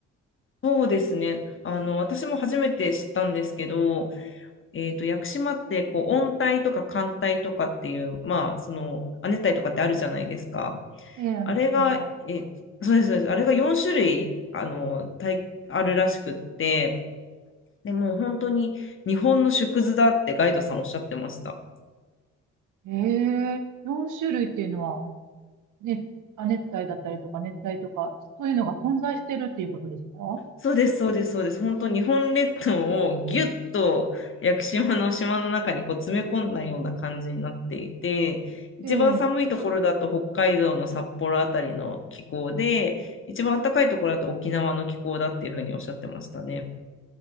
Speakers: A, on the left (about 40°); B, on the right (about 80°).
A: そうですね。あの、私も初めて知ったんですけど、えっと、屋久島って、こう、温帯とか寒帯とかっていう、まあ、その、亜熱帯とかってあるじゃないですか。
B: ええ、あの気候の。
A: あれが、え、そうです、そうです。あれが4種類、あの、帯、あるらしくって、でもう本当に日本の縮図だってガイドさんおっしゃってました。
B: ええ、4種類っていうのは、ね、亜熱帯だったりとか熱帯とか、そういうのが混在してるっていうことですか
A: そうです、そうです、そうです。本当、日本列島をぎゅっと屋久島の島の中にこう詰め込んだような感じになっていて、一番寒いところだと北海道の札幌あたりの気候で、
B: ええ、
A: 一番暖かいところだと沖縄の気候だっていうふうにおっしゃってましたね。